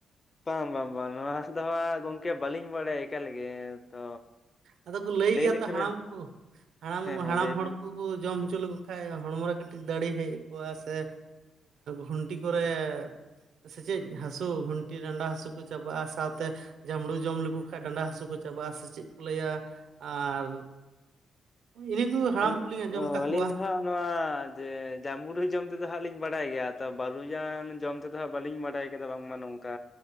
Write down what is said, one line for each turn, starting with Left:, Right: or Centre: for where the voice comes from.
Left: ᱵᱟᱝ ᱵᱟᱝ ᱵᱟᱝ ᱱᱚᱣᱟ ᱫᱚ ᱦᱟᱸᱜ ᱜᱚᱝᱠᱮ ᱵᱟᱹᱞᱤᱧ ᱵᱟᱲᱟᱭᱟ ᱮᱠᱟᱞ ᱜᱮ ᱛᱚ
Right: ᱟᱫᱚ ᱠᱚ ᱞᱟᱹᱭ ᱜᱮᱭᱟ
Left: ᱞᱮᱠᱷᱟᱱ
Right: ᱛᱚ ᱦᱟᱲᱟᱢ
Left: ᱵᱮᱱ
Right: ᱠᱚ ᱦᱟᱲᱟᱢ
Left: ᱦᱮᱸ ᱦᱮᱸ
Right: ᱦᱟᱲᱟᱢ
Left: ᱞᱟᱹᱭ
Right: ᱦᱚᱲ
Left: ᱵᱤᱱ᱾
Right: ᱠᱚ <unintelligible> ᱡᱚᱢ ᱦᱚᱪᱚ ᱞᱮᱠᱚ ᱠᱷᱟᱡ ᱦᱚᱲᱢᱚ ᱨᱮ ᱠᱟᱹᱴᱤᱡ ᱫᱟᱲᱮ ᱦᱮᱡ ᱟᱠᱚᱜᱼᱟ ᱥᱮ ᱜᱩᱱᱴᱤ ᱠᱚᱨᱮ ᱥᱮ ᱪᱮᱫ ᱦᱟᱥᱳ ᱜᱷᱩᱱᱴᱤ ᱰᱟᱸᱰᱟ ᱦᱟᱥᱳ ᱠᱚ ᱪᱟᱵᱟᱜᱼᱟ ᱥᱟᱶᱛᱮ ᱡᱟᱢᱲᱳ ᱡᱚᱢ ᱞᱮᱠᱚ ᱠᱷᱟᱡ ᱰᱟᱸᱰᱟ ᱦᱟᱥᱳ ᱠᱚ ᱪᱟᱵᱟᱜᱼᱟ ᱥᱮ ᱪᱮᱫ ᱠᱚ ᱞᱟᱹᱭᱟ ᱟᱨ ᱤᱱᱟᱹ ᱠᱚ ᱦᱟᱲᱟᱢ
Left: ᱟᱹᱞᱤᱧ
Right: ᱠᱚᱞᱤᱧ ᱟᱸᱡᱚᱢ
Left: ᱚ
Right: ᱠᱟᱜ
Left: ᱟᱹᱞᱤᱧ
Right: ᱠᱚᱣᱟ
Left: ᱫᱚ ᱦᱟᱸᱜ ᱱᱚᱣᱟ ᱡᱮ ᱡᱟᱢᱵᱲᱩ ᱡᱚᱢ ᱛᱮᱫᱚ ᱦᱟᱜ ᱞᱤᱧ ᱵᱟᱲᱟᱭ ᱜᱮᱭᱟ ᱛᱚ ᱵᱟᱨᱩ ᱡᱟᱝ ᱡᱚᱢ ᱛᱮᱫᱚ ᱦᱟᱜ ᱵᱟᱹᱞᱤᱧ ᱵᱟᱰᱟᱭ ᱛᱮᱫᱚ ᱵᱟᱝᱢᱟ ᱱᱚᱝᱠᱟ